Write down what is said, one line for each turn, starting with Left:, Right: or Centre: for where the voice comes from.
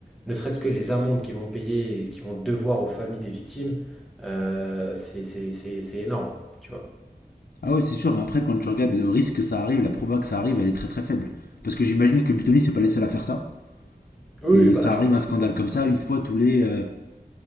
Centre: Ne serait-ce que les amendes qu'ils vont payer et ce qu'ils vont devoir aux familles des victimes, euh, c'est c'est- c'est- c'est énorme, tu vois.
Left: Ah ouais, c'est sûr, mais après, quand tu regardes le risque que ça arrive, la proba que ça arrive, elle est très très faible. Parce que j'imagine que Butoni, c'est pas les seuls à faire ça.
Centre: Oui,
Left: Et
Centre: bah,
Left: ça
Centre: je
Left: arrive
Centre: pense.
Left: un scandale comme ça une fois tous les, euh,